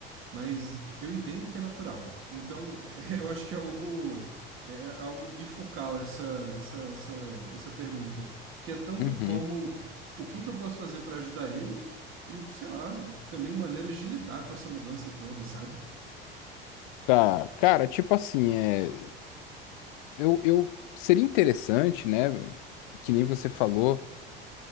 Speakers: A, on the right; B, on the left.
A: Mas eu entendo que é natural. Então, <laughs> eu acho que é algo, é é algo bifocal essa, essa, essa, essa pergunta que é tanto
B: uhum.
A: como o que que eu posso fazer para ajudar ele e, o- sei lá, também maneiras de lidar com essa mudança toda, sabe?
B: Tá, cara, tipo assim, é, eu, eu seria interessante, né? Que nem você falou.